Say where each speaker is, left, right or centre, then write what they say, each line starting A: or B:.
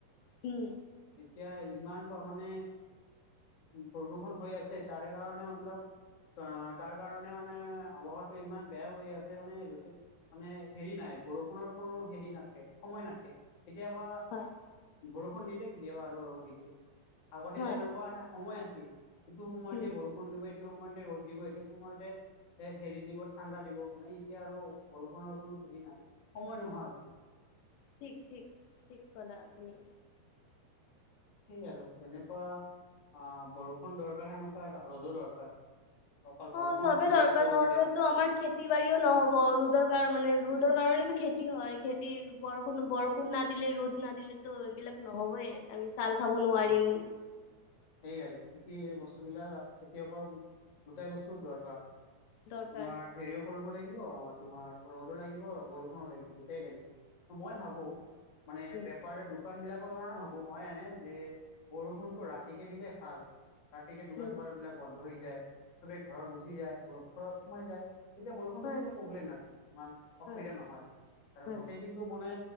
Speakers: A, on the left (about 90°); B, on the left (about 50°).
A: হম।
B: এতিয়া ইমান তাৰমানে বৰষূণ হৈ আছে, তাৰে কাৰণে মতলব অ', তাৰ কাৰণে মানে আৱহাটো ইমান বেয়া হৈ আছে মানে যতে মানে হেৰি নাই, বৰষুণৰ কোনো হেৰি নাথকে, সময় নাথকে। কেতিয়াবা
A: হয়
B: বৰষুণ দি দিয়ে, কেতিয়াবা আৰু ৰ'দ দি দিয়ে। তেনেকুৱা
A: হয়
B: এটা সময় আছিল, সেইটো সময়তে
A: উম
B: বৰষুণ দিব, এইটো সময়তে ৰ'দ দিব, এইটো সময়তে এ, হেৰি দিব, ঠাণ্ডা দিব, মানে এতিয়া আৰু বৰষুণৰ কোনো হেৰি নাই, সময় নোহোৱা হৈছে।
A: ঠিক ঠিক, ঠিক কলা আপুনি।
B: সেই আৰু যেনেকুৱা অঁ, বৰষুণ দৰকাৰ সেনেকুৱা ৰ'দো দৰকাৰ। অকল বৰষুণ
A: অঁ, চবেই
B: দিয়াতেও
A: দৰকাৰ নহ'লেতো
B: বেয়া
A: আমাৰ খেত খেতি বাৰীও নহ'ব ৰ'দৰ কাৰ মানে ৰ'দৰ কাৰণেতো খেতি হয়, খেতিৰ বৰষুণ-বৰষুণ না দিলে ৰ'দ না দিলেতো এইবিলাক নহবয়ে আমি চাওঁল খাব নোৱাৰিম।
B: অ সেই আৰু কৃষি এই বস্তুবিলাক খেতিয়কৰ দুটাই বস্তু দৰকাৰ।
A: দৰকাৰ
B: তোমাৰ হেৰিয় কৰিব লাগিব, অঁ তোমাৰ ৰ'দো লাগিব বৰষুণো লাগিব দুটাই লাগিব। মই ভাবো মানে
A: উম
B: বেপাৰ দোকান বিলাকৰ কাৰণে ভাবো মই, এনে যে বৰষুণতটো ৰাতিকে দিলে ভাল, ৰাতিকে দোকান
A: উম
B: পোহাৰ বিলাক বন্ধ হৈ যায়। চবেই ঘৰৰ গুচি যায়, ঘৰাৰ সোমায় যায়। তেতিয়া বৰষুণটো
A: হয়
B: দিলে প্ৰব্লেম নাথাকে, ইমান অসুবিধা
A: হয়
B: নহয় আৰু
A: হয়
B: গোটেই দিন টো মানে